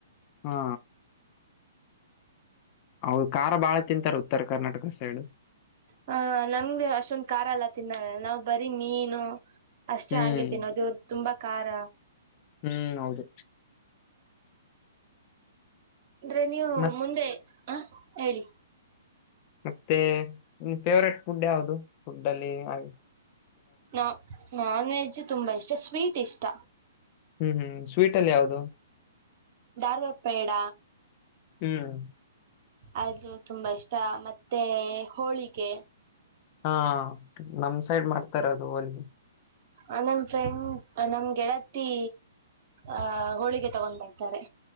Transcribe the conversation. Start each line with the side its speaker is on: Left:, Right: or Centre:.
Left: ಹಾ ಹೌ ಖಾರ ಬಾಳ ತಿಂತಾರೆ ಉತ್ತರ ಕರ್ನಾಟಕ ಸೈಡ್.
Right: ಹ ನಮ್ಗೆ ಅಷ್ಟೊಂದು ಖಾರ್ ಎಲ್ಲ ತಿನ್ನ ನಾವವು ಬರೀ ಮೀನು ಅಷ್ಟೇ
Left: ಹ್ಮ್
Right: ಹಂಗೆ ತಿನ್ನೋದುವ ತುಂಬಾ ಖಾರ
Left: ಹ್ಮ್ ಹೌದು
Right: ಅಂದ್ರೆ ನೀವು
Left: ಮತ್
Right: ಮುಂದೆ ಹ ಹೇಳಿ
Left: ಮತ್ತೆ ನಿನ್ ಫೇವ್ರೇಟ್ ಫುಡ್ ಯಾವವುದು ಫುಡ್ ಅಲ್ಲಿ ಹಾಗೆ
Right: ನಾ ನಾನ್ ವೆಜ್ ತುಂಬಾ ಇಷ್ಟ ಸ್ವೀಟ್ ಇಷ್ಟ
Left: ಹ್ಮ್ ಹ್ಮ್ ಸ್ವೀಟ್ ಅಲ್ಲಿ ಯಾವದು
Right: ಾರ್ವಾಪ್ಪೇಡ
Left: ಹ್ಮ್
Right: ಅದು ತುಂಬಾ ಇಷ್ಟ ಮತ್ತೆ ಹೋಳಿಗೆ
Left: ಹಾ ನಮ್ ಸೈಡ್ ಮಾಡ್ತಾರದು ಹೋಲ್
Right: ಆ ನಮ್ ಫ್ರೆಂಡ್ ನಮ್ ಗೆಳತಿ ಆಹ ಹೋಳಿಗೆ ತಗೊಂಡರ್ತಾರೆ